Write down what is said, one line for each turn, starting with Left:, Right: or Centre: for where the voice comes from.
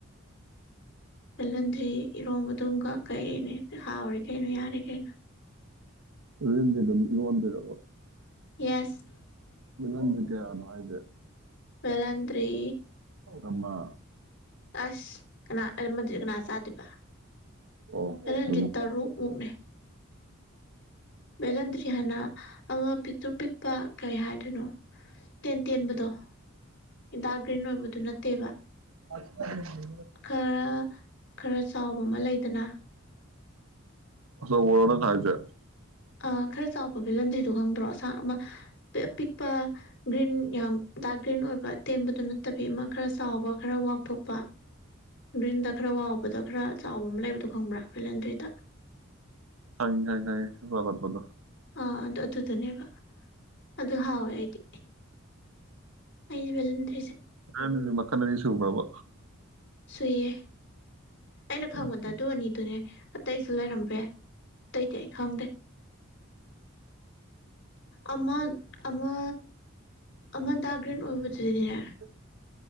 Left: ꯄꯜꯍꯟꯗ꯭ꯔꯤ ꯏꯔꯣꯝꯕ ꯑꯗꯨꯝꯒ ꯀꯩꯅꯦ ꯍꯥꯎꯔꯤ ꯀꯩꯅꯣ ꯌꯥꯔꯤ ꯀꯩꯅꯣ
Right: ꯔꯟꯗ ꯔꯃꯟꯗꯕꯔ
Left: ꯌꯦꯁ
Right: ꯃꯤꯅꯗ ꯀꯌꯥꯅꯍꯥꯏꯖꯦ
Left: ꯄꯕꯂꯟꯗꯔꯤ
Right: ꯑꯃ
Left: ꯑꯁ ꯀꯅꯥ ꯑꯍꯃꯟꯖꯤ ꯀꯅꯥ ꯆꯥꯗꯦꯕ
Right: ꯑꯣ
Left: ꯑꯍꯟꯖꯤ
Right: ꯆꯨꯝꯃꯤ.
Left: ꯇꯔꯨꯛ ꯃꯨꯛꯅꯦ ꯕꯦꯜꯍꯟꯗ꯭ꯔꯤ ꯍꯥꯏꯅ ꯑꯃ ꯄꯤꯛꯇ꯭ꯔ ꯄꯤꯛꯄ ꯀꯩ ꯍꯥꯏꯗꯣꯏꯅꯣ ꯇꯦꯟꯕꯗꯣ ꯏꯟꯇꯥꯒ꯭ꯔꯤꯟ ꯑꯣꯏꯕꯗꯨ ꯅꯠꯇꯦꯕ
Right: ꯎꯝ
Left: ꯈꯔ ꯈꯔ ꯆꯥꯎꯕ ꯑꯃ ꯂꯩꯗꯅ
Right: ꯑ ꯔꯅ ꯈ ꯍꯥꯏꯆꯦ
Left: ꯑ ꯈꯔ ꯆꯥꯎꯕ ꯐ ꯂꯟꯗ꯭ꯗꯣ ꯈꯪꯗ꯭ꯔꯣ ꯑꯃ ꯑ ꯄꯄꯤꯛꯄ ꯒ꯭ꯔꯤꯟ ꯌꯥꯝ ꯗꯔꯛ ꯒ꯭ꯔꯤꯟ ꯑꯣꯏꯕ ꯇꯦꯟꯕꯗꯨ ꯅꯠꯇꯕꯤ ꯑꯃ ꯈꯔ ꯆꯥꯎꯕ ꯈꯔ ꯋꯥꯛꯊꯣꯛꯄ ꯒ꯭ꯔꯤꯟꯗ ꯈꯔ ꯋꯥꯕꯗ ꯈꯔ ꯆꯥꯎꯕ ꯑꯃ ꯂꯩꯕꯗꯣ ꯈꯪꯕ꯭ꯔꯥ ꯚꯦꯂꯦꯟꯗ꯭ꯔꯤꯗ
Right: ꯍ ꯋꯥꯂ ꯐꯗ
Left: ꯑꯥ ꯑꯗꯨꯗ ꯑꯗꯨꯗꯨꯅꯦꯕ ꯑꯗꯨ ꯍꯥꯎꯋꯦ ꯑꯩꯗꯤ ꯑꯕꯂ
Right: ꯑꯅꯦ ꯃꯅꯁ ꯁꯨ꯭ꯔꯕ
Left: ꯁꯨꯏꯌꯦ ꯑꯩꯅ
Right: ꯍꯥ
Left: ꯈꯪꯕꯗ ꯑꯗꯨ ꯑꯅꯤꯗꯨꯅꯦ ꯑꯇꯩꯁꯨ ꯂꯩꯔꯝꯕ ꯌꯥꯏ ꯑꯇꯩꯗꯤ ꯑꯩ ꯈꯪꯗꯦ ꯑꯃ ꯑꯃ ꯑꯃ ꯇꯒꯔꯤꯦꯟ ꯑꯣꯏꯕꯗꯨꯗꯤꯅꯦ
Right: <unintelligible>